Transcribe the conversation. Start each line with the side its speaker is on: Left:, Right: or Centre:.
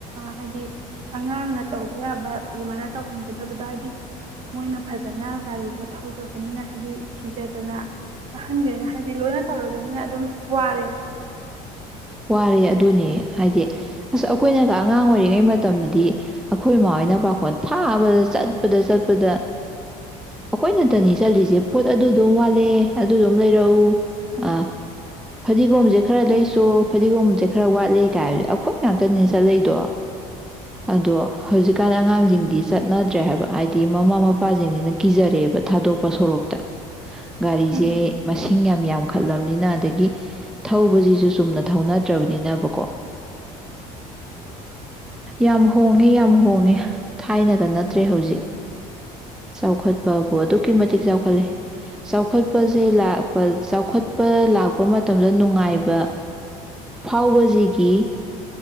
Right: ꯍꯥꯏꯗꯤ ꯑꯉꯥꯡꯅ ꯇꯧꯕ ꯌꯥꯕ ꯑꯗꯨꯃꯥꯏꯅ ꯇꯧꯍꯟꯒꯗꯕꯗꯣ ꯍꯥꯏꯗꯤ ꯃꯣꯏꯅ ꯐꯖꯅ ꯒꯥꯔꯤꯗꯣ ꯊꯧꯗ꯭ꯔꯕꯅꯤꯅ ꯍꯥꯏꯗꯤ ꯀꯤꯖꯗꯅ ꯑꯍꯟꯈꯅ ꯍꯥꯏꯕꯗꯤ ꯂꯣꯏꯅ ꯇꯧꯔꯕꯅꯤꯅ ꯑꯗꯨꯝ ꯋꯥꯔꯦꯕ
Centre: ꯋꯥꯔꯦ ꯑꯗꯨꯅꯦ ꯍꯥꯏꯗꯤ ꯑꯁ ꯑꯩꯈꯣꯏꯅꯒ ꯑꯉꯥꯡ ꯑꯣꯏꯔꯤꯉꯩ ꯃꯇꯝꯗꯗꯤ ꯑꯩꯈꯣꯏ ꯏꯃꯥ ꯍꯣꯏꯅ ꯄꯥꯈꯣꯜ ꯐꯥꯕꯗ ꯆꯠꯄꯗ ꯆꯠꯄꯗ ꯑꯩꯈꯣꯏꯅꯇꯅꯤ ꯆꯠꯂꯤꯁꯦ ꯄꯣꯠ ꯑꯗꯨ ꯑꯗꯨꯝ ꯋꯥꯠꯂꯦ ꯑꯗꯨ ꯑꯗꯨꯝ ꯂꯩꯔꯛꯎ ꯑꯥ ꯐꯗꯤꯒꯣꯝꯁꯦ ꯈꯔ ꯂꯩꯁꯨ ꯐꯗꯤꯒꯣꯝꯕꯁꯦ ꯈꯔ ꯋꯥꯠꯂꯦ ꯀꯥꯏꯕꯁ ꯑꯩꯈꯣꯏ ꯉꯥꯛꯇꯅꯤꯅ ꯆꯠꯂꯗꯣ ꯑꯗꯣ ꯍꯧꯖꯤꯛꯀꯥꯟ ꯑꯉꯥꯡꯁꯤꯡꯗꯤ ꯆꯠꯅꯗ꯭ꯔꯦ ꯍꯥꯏꯕ ꯍꯥꯏꯗꯤ ꯃꯃꯥ ꯃꯄꯥꯁꯤꯡꯁꯤꯅ ꯀꯤꯖꯔꯛꯑꯦꯕ ꯊꯥꯗꯣꯛꯄ ꯁꯣꯔꯣꯛꯇ ꯒꯥꯔꯤꯁꯦ
Right: ꯎꯝ
Centre: ꯃꯁꯤꯡ ꯌꯥꯝ ꯌꯥꯝ ꯈꯠꯂꯕꯅꯤꯅ ꯑꯗꯒꯤ ꯊꯧꯕꯁꯤꯁꯨ ꯁꯨꯝꯅ ꯊꯧꯅꯗ꯭ꯔꯕꯅꯤꯅꯕꯀꯣ ꯌꯥꯝ ꯍꯣꯡꯉꯦ ꯌꯥꯝ ꯍꯣꯡꯉꯦ ꯊꯥꯏꯅꯒ ꯅꯠꯇ꯭ꯔꯦ ꯍꯧꯖꯤꯛ ꯆꯥꯎꯈꯠꯄꯕꯨ ꯑꯗꯨꯛꯀꯤ ꯃꯇꯤꯛ ꯆꯥꯎꯈꯠꯂꯦ ꯆꯥꯎꯈꯠꯄꯁꯦ ꯂꯥꯛꯄ ꯆꯥꯎꯈꯠꯄ ꯂꯥꯛꯄ ꯃꯇꯝꯗ ꯅꯨꯡꯉꯥꯏꯕ ꯐꯥꯎꯕꯁꯤꯒꯤ